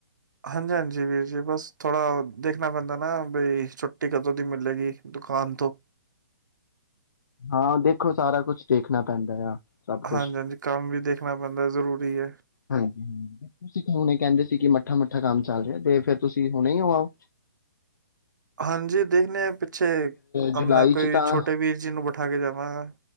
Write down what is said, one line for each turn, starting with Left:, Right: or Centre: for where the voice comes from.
Right: ਹਾਂਜੀ ਹਾਂਜੀ ਵੀਰ ਜੀ ਬਸ ਥੋੜਾ ਦੇਖਣਾ ਪੈਂਦਾ ਨਾ ਬਈ ਛੁੱਟੀ ਕਦੋਂ ਦੀ ਮਿਲੇਗੀ ਦੁਕਾਨ ਤੋਂ
Left: ਹਾਂ ਦੇਖੋ ਸਾਰਾ ਕੁਛ ਦੇਖਣਾ ਪੈਂਦਾ ਆ ਸਭ ਕੁਛ
Right: ਹਾਂਜੀ-ਹਾਂਜੀ ਕੰਮ ਵੀ ਦੇਖਣਾ ਪੈਂਦਾ ਜ਼ਰੂਰੀ ਹੈ।
Left: ਹਾਂਜੀ ਹ ਹੁਣੇ ਕਹਿੰਦੇ ਸੀ ਕਿ ਮ ਮੱਠਾ ਮੱਠਾ ਕੰਮ ਚੱਲ ਰਿਹਾ ਤੇ ਫੇਰ ਤੁਸੀਂ ਹੁਣੇ ਹੋਓ
Right: ਹਾਂਜੀ ਦੇਖਣੇ ਆ ਪਿੱਛੇ ਆਪਣਾ
Left: ਜੁਲਾਈ
Right: ਕੋਈ
Left: ਚ ਤਾਂ
Right: ਛੋਟੇ ਵੀਰ ਜੀ ਨੂੰ ਬਿਠਾ ਕੇ ਜਾਵਾਂਗਾ